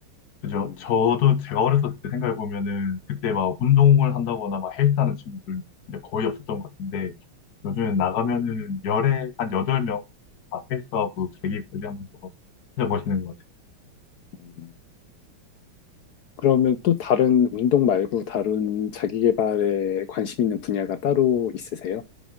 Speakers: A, on the left (about 55°); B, on the left (about 70°).
A: 그죠?
B: 음.
A: 저도 제가 어렸을 때 생각해보면은 그때 막 운동을 한다거나 막 헬스하는 친구들 이제 거의 없었던 것 같은데 요즘에 나가면은 열에 한 여덟 명다 헬스하고 자기 관리하면서 진짜 멋있는 것 같아요.
B: 음. 그러면 또 다른 운동 말고 다른 자기 개발에 관심 있는 분야가 따로 있으세요?